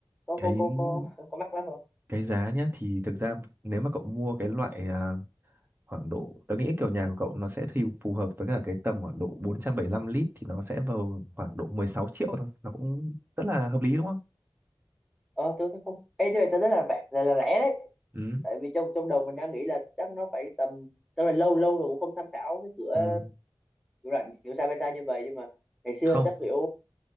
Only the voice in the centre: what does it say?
Có
có có có có mắc lắm không?
Ờ, tôi thấy không. Ê, tôi thấy rất là rẻ, là, là rẻ đấy.
Tại vì trong trong đầu mình đang nghĩ là chắc nó phải tầm, tao là lâu lâu rồi cũng không tham khảo cái cửa
cửa rảnh kiểu Sabata như vậy nhưng mà ngày xưa
chắc kiểu